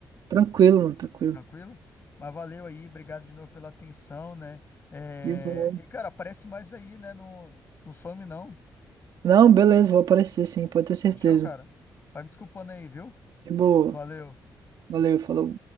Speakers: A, on the right; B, on the left.
A: Tranquilo, mano, tranquilo.
B: Tranquilo? Mas valeu aí, obrigado de novo pela atenção, né? É,
A: De boa.
B: e, cara, aparece mais aí, né? Não, não some, não.
A: Não, beleza, vou aparecer sim, pode ter certeza.
B: Fechou, cara? Vai me desculpando aí, viu?
A: De boa.
B: Valeu.
A: Valeu, falou.